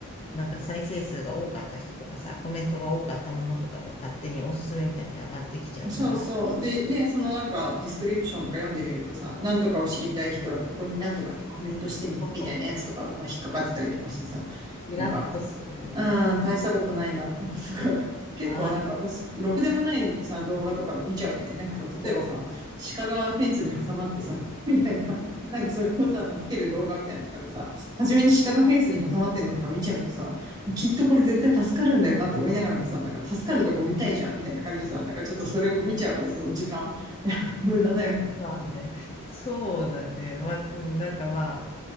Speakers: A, on the left; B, on the right.
A: なんか再生数が多かった人とかさ、コメントが多かったものとかが勝手におすすめみたいに上がってきちゃうから、
B: ん。そうそう。で、ね、そのなんかディスクリプションとか読んでみるとさ、なんとかを知りたい人はここになんとかってコメントしてね、
A: <laughs>
B: みたいなやつとかが引っかかってたりとかしてさ、
A: イラッとするよね。
B: なんかうん、大したことないな。<laughs> なんか、結構なんか私、
A: ああ、
B: ろくでもないさ、動画とか見ちゃうよね。なんかさ、例えばさ、
A: そう。
B: 鹿がフェンスに挟まってさ、<laughs> みたいな、なんかそれをさ、助ける動画みたいなのとかってさ、初めに鹿がフェンスに挟まってんのとか見ちゃうとさ、きっとこれ絶対助かるんだよなと思いながらもさ、なんか助かるとこ見たいじゃん、みたいな感じでさ、なんかちょっとそれを見ちゃう、その時間。<laughs> 無駄だよね。
A: まあね、そうだね。まあ、うんなんかまあ、